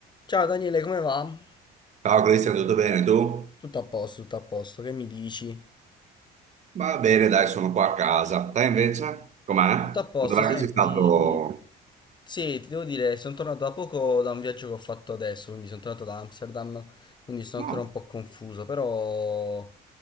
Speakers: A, on the left (about 25°); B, on the right (about 45°).
A: Ciao Daniele, come va?
B: Ciao Cristian, tutto bene tu?
A: Tutto a posto, tutto a posto, che mi dici?
B: Va bene, dai, sono qua a casa. Te invece? Com'è?
A: Tutto a posto,
B: Dov'è
A: senti,
B: che sei stato?
A: sì, ti devo dire, sono tornato da poco da un viaggio che ho fatto adesso, quindi sono tornato da Amsterdam, quindi sono
B: Oh,
A: ancora un po' confuso, però